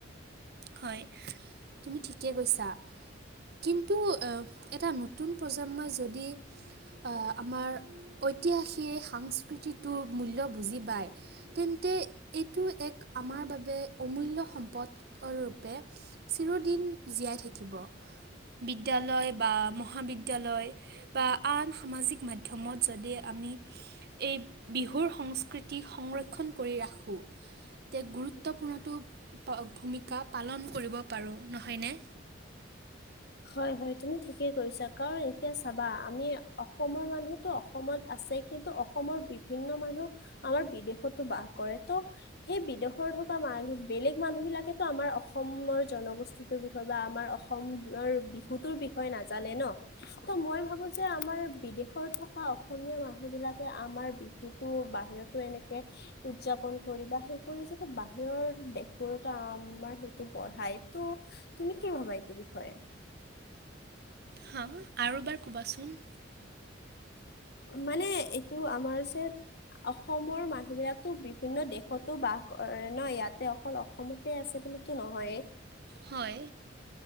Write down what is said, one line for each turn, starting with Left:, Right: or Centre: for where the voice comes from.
Right: হয় তুমি ঠিকে কৈছা কিন্তু এটা নতুন প্ৰজন্মই যদি আহ আমাৰ ঐতিহাসিক সংস্কৃতিটোৰ মূল্য বুজি পায় তেন্তে এইটো এক আমাৰ বাবে অমুল্য সম্পদ অ ৰূপে চিৰদিন জীয়াই থাকিব বিদ্যালয় বা মহাবিদ্যালয় বা আন সামাজিক মাধ্যমত যদি আমি এই বিহুৰ সংস্কৃতি সংৰক্ষণ কৰি ৰাখোঁ তে গুৰুত্বপূৰ্ণতটো ভূমা বা পালন কৰিব পাৰোঁ নহয়নে?
Left: হয় হয় তুমি ঠিকে কৰিছা কাৰণ এতিয়া চাবা আমি অ অসমৰ মানুহতো অসমত আছে কিন্তু অসমৰ বিভিন্ন মানুহ আমাৰ বিদেশতো বাস কৰে ত' সেই বিদেশৰ থকা মানুহ বেলেগ মানুহ বিলাকেতো আমাৰ অসমৰ জনগোষ্ঠীটোৰ বিষয়ে বা আমাৰ অসম বিহুতৰ বিষয়ে নাজানে ন ত মই ভাবো যে আমাৰ বিদেশত থকা অসমীয়া মানুহ বিলাকে আমাৰ বিহু বাহিৰতো এনেকে উদযাপন কৰি বা সেই কৰি যো বাহিৰৰ দেশবোৰতম তমাৰ সেইটো পঢ়াই তো তুমি কি ভাবা এইটো বিষয়ে
Right: হা আৰু এবাৰ ক'বাচোন
Left: মানে এইটো আমাৰ যে অসমৰ মানুহ বিলাকো বিভিন্ন দেশতো বাস কৰে ন ইয়াতে অকল অসমতে আছে বিতো নহয়েই
Right: হয়।